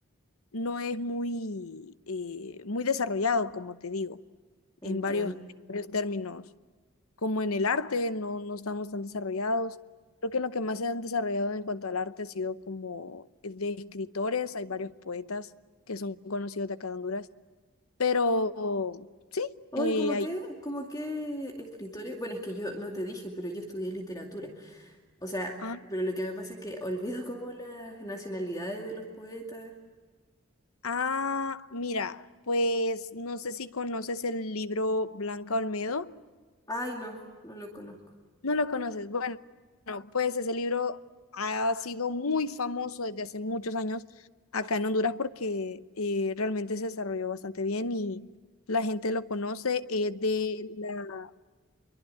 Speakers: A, on the left; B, on the left.
A: no es muy, eh, muy desarrollado, como te digo,
B: entiendo.
A: en varios, varios términos. Como en el arte, no, no estamos tan desarrollados. Creo que lo que más se han desarrollado en cuanto al arte ha sido como de escritores, hay varios poetas que son conocidos de acá de Honduras, pero sí,
B: Hoy,
A: eh,
B: como
A: hay...
B: qué como qué escritorio. Bueno, es que yo no te dije, pero yo estudié literatura. O sea,
A: Ah,
B: pero lo que me pasa es que olvido como las nacionalidades de los poetas.
A: ah, mira, pues no sé si conoces el libro Blanca Olmedo.
B: Ay, no, no lo conozco.
A: No lo conoces. Bueno, no, pues ese libro ha sido muy famoso desde hace muchos años acá en Honduras porque eh, realmente se desarrolló bastante bien y la gente lo conoce. Es de la,